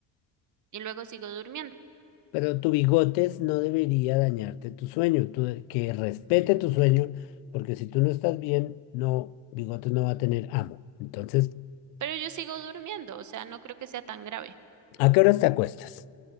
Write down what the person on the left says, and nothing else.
Pero tu bigotes no debería dañarte tu sueño, tú de- que respete tu sueño, porque si tú no estás bien, no, bigotes no va a tener amo. Entonces,
¿a qué horas te acuestas?